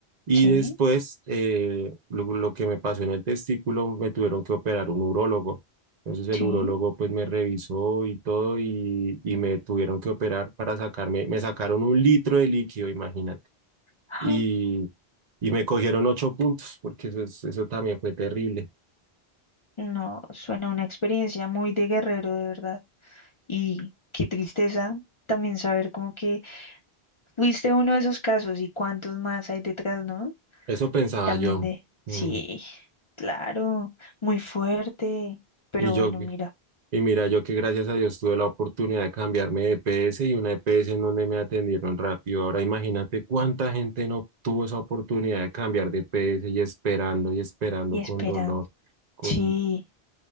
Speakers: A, on the right; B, on the left.
A: Y
B: sí,
A: después, eh, lo, lo que me pasó en el testículo, me tuvieron que operar un urólogo. Entonces
B: sí.
A: el urólogo pues me revisó y todo y, y me tuvieron que operar para sacarme, me sacaron un litro de líquido, imagínate.
B: ¡Ah!
A: Y, y me cogieron ocho puntos, porque eso, es- eso también fue terrible.
B: No, suena una experiencia muy de guerrero, de verdad. Y qué tristeza también saber como que fuiste uno de esos casos y cuántos más hay detrás, ¿no?
A: Eso pensaba
B: También
A: yo.
B: de...
A: Mm.
B: Sí, claro, muy fuerte. Pero
A: Y yo,
B: bueno, mira,
A: Y mira, yo que gracias a Dios tuve la oportunidad de cambiarme de E P S y una E P S en donde me atendieron rápido. Ahora imagínate cuánta gente no tuvo esa oportunidad de cambiar de E P S y esperando y esperando
B: y esperando.
A: con dolor, con...
B: Sí.